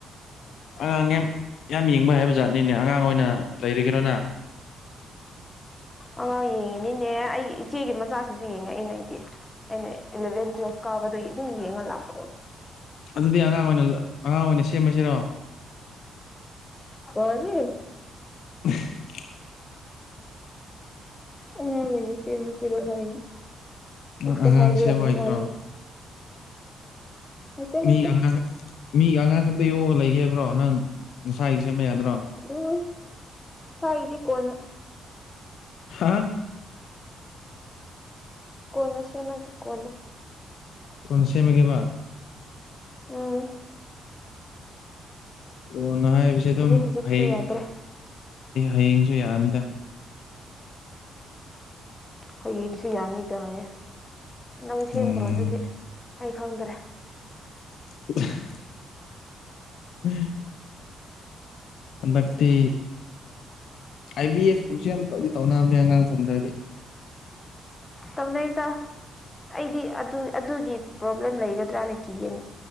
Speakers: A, on the left (about 65°); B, on the left (about 20°).
A: ꯑꯉꯥꯡ ꯌꯥꯝ ꯌꯥꯝ ꯌꯦꯡꯕ ꯍꯥꯏꯕ ꯖꯥꯠꯅꯤꯅꯦ ꯑꯉꯥꯡ ꯑꯣꯏꯅ ꯂꯩꯔꯤꯒꯔꯣ ꯅꯪ꯫
B: ꯑ ꯌꯦꯡꯉꯤꯅꯤꯅꯦ ꯑꯩꯒꯤ ꯏꯆꯦꯒꯤ ꯃꯆꯥꯁꯤꯡꯁꯨ ꯌꯦꯡꯉꯛꯏꯅꯦ ꯑꯩꯗꯤ ꯑꯩꯅ ꯏꯂꯚꯦꯟ ꯇꯨꯋꯦꯜꯞ ꯀꯥꯕꯗꯒꯤ ꯑꯗꯨꯝ ꯌꯦꯡꯉ ꯂꯥꯛꯄꯗꯣ
A: ꯑꯗꯨꯗꯤ ꯑꯉꯥꯡ ꯑꯣꯏꯅ ꯑꯉꯥꯡ ꯑꯣꯏꯅ ꯁꯦꯝꯃꯁꯤꯔꯣ
B: ꯐꯔꯦ
A: <inaudible>
B: ꯑꯉꯥꯡ ꯑꫭꯏꯅ ꯁꯦꯝꯃꯁꯤꯔꯒꯥꯏ
A: ꯅꯪ
B: ꯍꯦꯛꯇ
A: ꯑꯉꯥꯡ
B: ꯍꯥꯏꯕ
A: ꯁꯦꯝꯕ
B: ꯌꯥꯕ
A: ꯍꯩꯇ꯭ꯔꯣ
B: ꯋꯥꯔ ꯍꯩꯇꯦ
A: ꯃꯤ
B: ꯍꯩꯇꯦ
A: ꯑꯉꯥꯡ ꯃꯤ ꯑꯉꯥꯡ ꯈꯛꯇ ꯌꯣꯛꯒ ꯂꯩꯕ꯭ꯔꯣ ꯅꯪ ꯅꯁꯥꯒꯤ ꯁꯦꯝꯕ ꯌꯥꯗ꯭ꯔꯣ
B: ꯎꯝ ꯏꯁꯥꯒꯤꯗꯤ ꯀꯣꯟꯅ
A: ꯍꯥ
B: ꯀꯣꯟꯅ ꯁꯦꯝꯃꯒꯤ ꯀꫭꯟꯅ
A: ꯀꯣꯟꯅ ꯁꯦꯝꯃꯒꯦꯕ
B: ꯎꯝ
A: ꯀꫭꯟꯅ ꯍꯥꯏꯕꯁꯦ ꯑꯗꯨꯝ
B: ꯍꯧꯖꯤꯛ ꯍꯧꯖꯤꯛꯇꯤ
A: ꯍꯌꯦꯡ
B: ꯌꯥꯗ꯭ꯔꯦ
A: ꯍꯌꯦꯡꯁꯨ ꯌꯥꯔꯅꯤꯗ
B: ꯍꯌꯦꯡꯁꯨ ꯌꯥꯅꯤꯗꯌꯦ ꯅꯪ ꯁꯦꯝꯈ꯭ꯔꯣ
A: ꯎꯝ
B: ꯑꯗꯨꯗꯤ ꯑꯩ ꯈꯪꯗ꯭ꯔꯦ
A: <inaudible> ꯎꯝ ꯍꯟꯗꯛꯇꯤ ꯑꯥꯏ ꯕꯤ ꯑꯦꯐ ꯀꯨꯝꯁ ꯌꯥꯝ ꯇꯧꯗꯤ ꯇꯧꯅꯕꯅꯦ ꯑꯉꯥꯡ ꯐꯪꯗ꯭ꯔꯗꯤ
B: ꯇꯧꯅꯩꯗꯥ ꯑꯩꯗꯤ ꯑꯗꯨ ꯑꯗꯨꯒꯤ ꯄ꯭ꯔꯣꯕ꯭ꯂꯦꯝ ꯂꯩꯒꯗ꯭ꯔꯅ ꯀꯤꯒꯅꯤ